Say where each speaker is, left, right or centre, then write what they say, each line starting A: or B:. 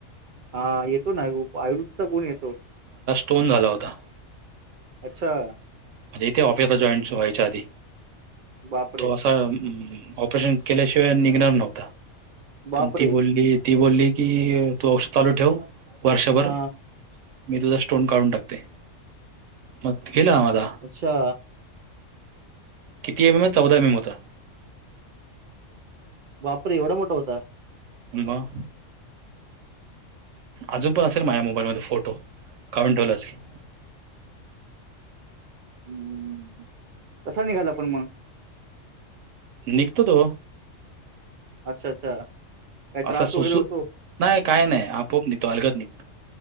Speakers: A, on the right; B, on the right.
A: हा येतो ना उप आयु <unintelligible> चा गुण येतो.
B: तोन झाला होता.
A: अच्छा!
B: <unintelligible> इथे ऑफिसला जॉईन च व्हायच्या आधी,
A: बापरे!
B: थोआसा अम्म ऑपरेशन केल्याशिवाय निघणार नव्हता,
A: बापरे!
B: पण ती बोलली ती बोलली की तू औष चालू ठेव वर्षभर
A: हा
B: मी तुझा स्टोन काढून टाकते, मग गेला माझा
A: अच्छा!
B: किती एम एम ये? चौदा एम एम होता.
A: बापरे! एवढा मोठा होता.
B: <unintelligible> म अजून पण असेल माझ्या मोबाईल मध्ये फोटो, काढून ठेवला असे पीप
A: हम्म कसा निघाला पण मग
B: निघतो तो
A: अच्छा अच्छा काही त्रास
B: असं सोसू
A: वगैरे होतो?
B: नाय काय नाय आपोआप निघतो अलगत निघतो.